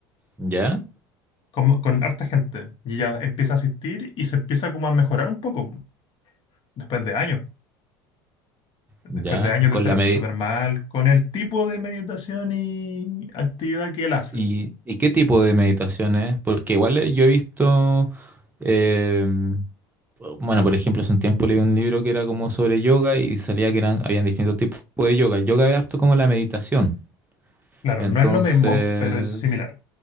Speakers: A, on the right; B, on the left.
A: Ya,
B: como- con harta gente. Y ella empieza a asistir y se empieza como a mejorar un poco, después de años. Después
A: ya,
B: de años
A: con
B: de estar
A: la
B: así
A: medi-
B: súper mal, con el tipo de meditación y actividad que él hace.
A: ¿Y, y qué tipo de meditación es? Porque igual eh, yo he visto... em, Bueno, por ejemplo, hace un tiempo leí un libro que era como sobre yoga y salía que eran, habían distintos tipos de yoga. El yoga es harto como la meditación.
B: Claro,
A: Entonces,
B: no es lo mismo, pero es similar.